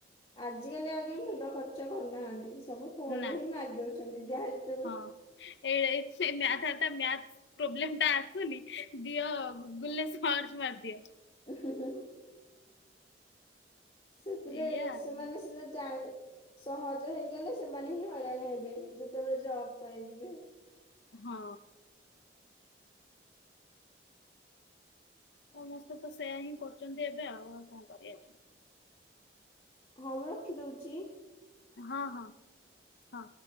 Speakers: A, on the left; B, on the left.
A: ଆଜିକାଲି ଆଉ କିଏ ମୁଣ୍ଡ ଖର୍ଚ୍ଚ ଖର୍ଚ୍ଚ କରୁନାହାନ୍ତି ସବୁ ଫୋନ
B: ନା
A: ରେ ହିଁ ମାରି ଦଉଛନ୍ତି ଯାହା ଯେତେବେଳେ
B: ହଁ ଏଇ ସେ ମ୍ୟାଥତା ମ୍ୟାଥ ପ୍ରୋବ୍ଲେମ ଟା ଆସୁନି ଦିଅ ଗୁଗୁଲ ରେ ସର୍ଚ୍ଚ ମାରିଦିଅ।
A: ଉ, ହୁଁ, ହୁଁ। ସେଥିରେ
B: ଏଇଆ ଆଉ
A: ସେମାନେ ସିନା ଯାଣି ସହଜ ହେଇଗଲେ ସେମାନେ ହିଁ ହଇରାଣ ହେବେ ଯେତେବେଳେ ଜବ ପାଇଁ ଯିବେ।
B: ହଁ। ସମସ୍ତେ ତ ସେୟା ହିଁ କରୁଚନ୍ତି ଏବେ ଆଉ, ଆଉ କଣ କରିବା।
A: ଘରେ ରଖିଦଉଚି।
B: ହଁ, ହଁ, ହଁ।